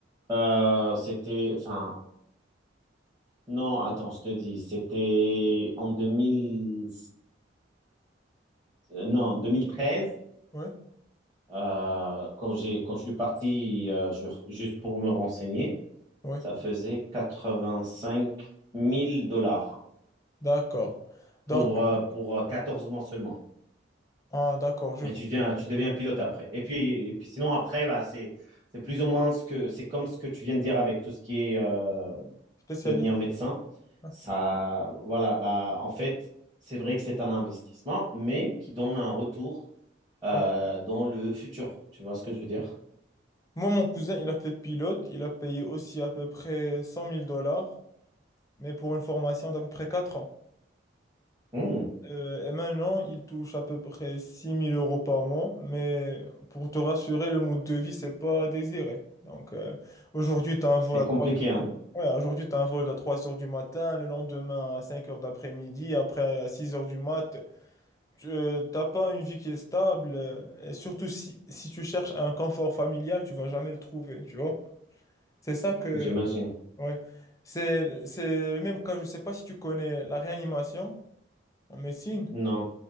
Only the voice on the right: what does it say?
Euh, c'était, enfin, non, attends, je te dis, c'était en 2000, euh, non, 2013,
euh, quand j'ai, quand je suis parti, euh, ju- juste pour me renseigner,
ça faisait quatre vingt cinq mille dollars
pour, euh, pour euh, 14 mois seulement.
Et
tu deviens, tu deviens pilote après. Et puis, et puis sinon, après, bah, c'est, c'est plus ou moins ce que, c'est comme ce que tu viens de dire avec tout ce qui est euh,
devenir médecin.
Ça, voilà, bah, en fait, c'est vrai que c'est un investissement, mais qui donne un retour euh,
dans le futur. Tu vois ce que je veux dire?
Hmm,
c'est
compliqué,
hein,
j'imagine.
Non,